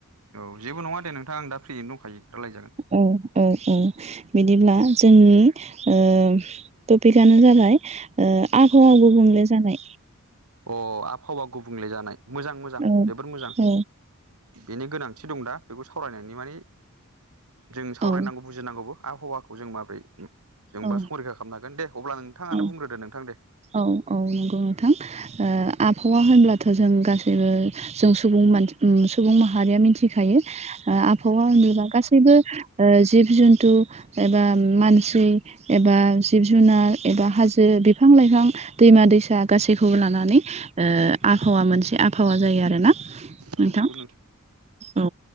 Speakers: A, on the right; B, on the right.
A: औ जेबो नङा दे नोंथांं आं दा फ्रियैनो दंखायो रायलायजागोन।
B: औ ओ ओ बिदिब्ला जोंनि ओ टपिकआनो जाबाय ओ आबहावा गुबुंले जानाय
A: अ आबहावा गुबुंले जानाय मोजां मोजां
B: औ
A: जोबोर मोजां
B: औ
A: बेनि गोनांथि दं दा बेखौ सावरायनायनि माने जों सावरायनांगौ
B: औ
A: बुजिनांगौबो आबहावाखौ जों माबोरै जोंबा
B: औ
A: संरैखा खालामनो हागोन दे अब्ला नोंथाङानो
B: औ
A: बुंग्रोदो नोंथां दे
B: औ औ नंगौ नोंथां आबहावा होनब्लाथ' जों गासैबो जों सुबुं मानसि सुबुं माहारिया मिथि खायो ओ आबहावा होनोबा गासैबो ओ जिब जुनतु एबा मानसि एबा जिब जुनार एबा हाजो बिफां लाइफां दैमा दैसा गासैखौबो लानानै आबहावा मोनसे आबहावा जायो आरोना नोंथां
A: औ नंगौ
B: औ